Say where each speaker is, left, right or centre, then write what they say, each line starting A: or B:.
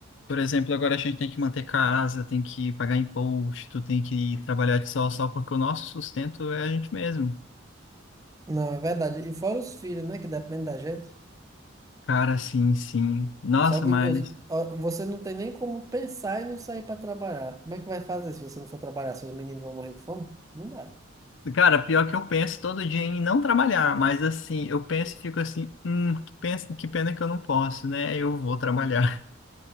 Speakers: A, on the left (about 70°); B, on the right (about 15°).
A: Por exemplo, agora a gente tem que manter casa, tem que pagar imposto, tem que trabalhar de sol a sol, porque o nosso sustento é a gente mesmo.
B: Não, é verdade. E fora os filhos, né? Que depende da gente.
A: Cara, sim, sim. Nossa,
B: Só de,
A: mas.
B: eu, ó, você não tem nem como pensar e não sair para trabalhar. Como é que vai fazer se você não for trabalhar? Seus meninos vão morrer de fome? Não dá.
A: Cara, pior que eu penso todo dia em não trabalhar, mas assim, eu penso e fico assim, hum, que pensa- que pena que eu não posso, né? Eu vou trabalhar.